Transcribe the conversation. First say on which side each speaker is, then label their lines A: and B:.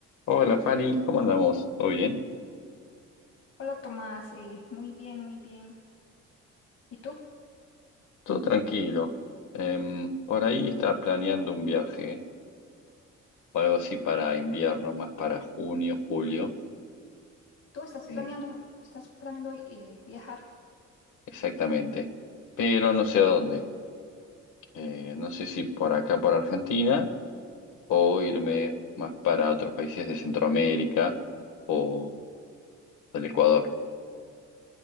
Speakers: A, on the left (about 85°); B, on the left (about 55°).
A: Hola Fanny, ¿cómo andamos? ¿Todo bien?
B: Hola Tomás, eh, muy bien, muy bien. ¿Y tú?
A: Todo tranquilo. Em, por ahí estaba planeando un viaje o algo así para invierno, más para junio, julio,
B: ¿Tú estás
A: eh,
B: planeando, estás planeando eh, viajar?
A: exactamente. Pero no sé a dónde. Eh, no sé si por acá, por Argentina, o irme más para otros países de Centroamérica o del Ecuador.